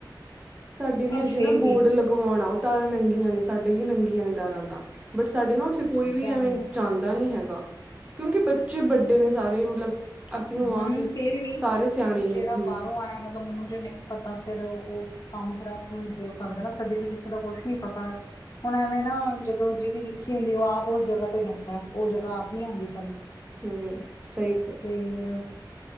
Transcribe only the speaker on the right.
ਸਾਡੇ ਵੀ
ਹਜੇ
ਨਾ
ਬੋਰਡ ਲਗਵਾਉਣਾ ਓ ਤਾਰਾਂ ਨੰਗੀਆਂ ਨੇ ਸਾਡੇ ਵੀ ਨੰਗੀਆਂ ਨੇ ਤਾਰਾਂ ਤਾਂ। ਬਟ ਸਾਡੇ ਨਾ ਉੱਥੇ ਕੋਈ ਵੀ
ਐਵੇਂ
ਜਾਂਦਾ ਨੀ ਹੈਗਾ ਕਿਉਂਕਿ ਬੱਚੇ ਵੱਡੇ ਨੇ ਸਾਰੇ ਮਤਲਬ ਅਸੀਂ ਹੋ
ਆ ਤੇ
ਸਾਰੇ ਸਿਆਣੇ ਹੀ ਨੇ
ਹੂੰ
ਹੂੰ ਸਈ ਕੇਆ।